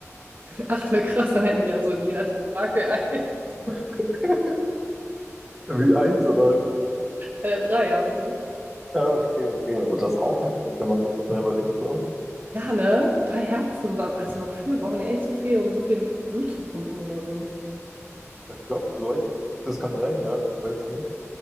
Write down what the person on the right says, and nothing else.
Ach, wäre krass, dann hätten die ja so in jeder Tentakel ein.
Äh, drei haben die.
Ja, ne? Drei Herzen. wa- Also wofür brauchen die echt so viel, um so viel Blut zu pumpen oder so?